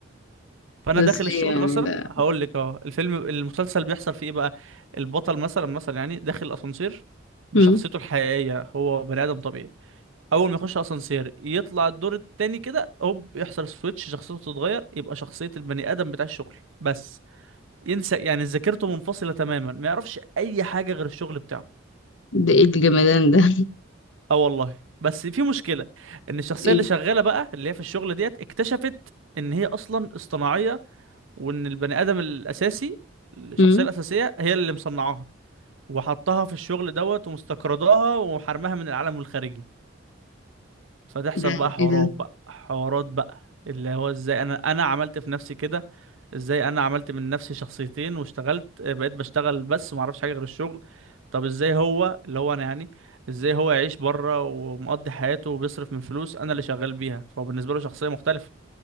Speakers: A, on the right (about 80°); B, on the left (about 70°).
A: فأنا
B: ده
A: داخل
B: ازاي
A: الشغل
B: يعني
A: مثلا
B: ده
A: هقول لك اه الفيلم المسلسل بيحصل فيه إيه بقى البطل مثلا مثلا يعني داخل الأسانسير بشخصيته
B: امم
A: الحقيقية هو بني آدم طبيعي أول ما يخش أسانسير يطلع الدور التاني كده هوب يحصل سويتش شخصيته تتغير يبقى شخصية البني آدم بتاع الشغل بس ينسى يعني ذاكرته منفصلة تماما ما يعرفش أي حاجة غير الشغل بتاعه
B: ده ايه الجمدان ده <laughs>
A: اه والله بس في مشكله ان الشخصيه
B: ايه
A: اللي شغاله بقى اللي هي في الشغل ديت اكتشفت ان هي اصلا اصطناعيه وان البني ادم الاساسي الشخصيه
B: امم
A: الاساسيه هي اللي مصنعاها وحطها في الشغل دوت ومستقرضاها وحرمها من العالم الخارجي فتحصل
B: ده
A: بقى حوارات
B: ايه ده
A: بقى حوارات بقى اللي هو ازاي انا انا عملت في نفسي كده ازاي انا عملت من نفسي شخصيتين واشتغلت بقيت بشتغل بس ما اعرفش حاجه غير الشغل طب ازاي هو اللي هو انا يعني ازاي هو يعيش بره ومقضي حياته وبيصرف من فلوس انا اللي شغال بيها فهو بالنسبه له شخصيه مختلفه